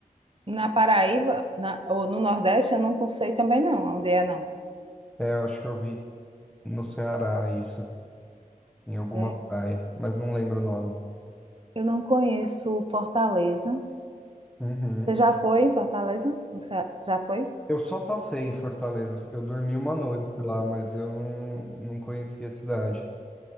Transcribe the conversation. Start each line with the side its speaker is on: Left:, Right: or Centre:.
Right: Na Paraíba, na- ou no Nordeste, eu não sei também não, onde é não.
Centre: É, eu acho que eu vi No Ceará, isso. Em alguma
Right: É.
Centre: praia, mas não lembro o nome.
Right: Eu não conheço Fortaleza.
Centre: Uhum.
Right: Você já foi em Fortaleza? Você já foi?
Centre: Eu só passei em Fortaleza. Eu dormi uma noite lá, mas eu não, não conhecia a cidade.